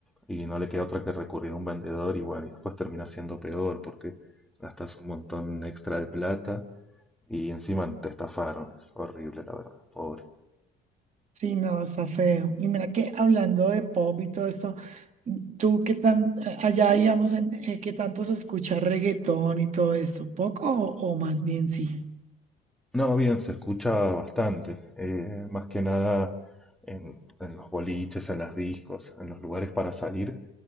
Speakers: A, in the centre; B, on the right (about 45°).
A: y no le queda otra que recurrir a un vendedor y bueno, y después termina siendo peor porque gastas un montón extra de plata y encima te estafaron. Es horrible, la verdad, pobre.
B: Sí, no, está feo. Y mira que hablando de pop y todo esto, mm, tú qué tan, eh, allá digamos, en, eh, qué tanto se escucha reggaetón y todo esto, poco o, o más bien sí.
A: No, bien, se escucha bastante, eh, más que nada en, en los boliches, en las discos, en los lugares para salir,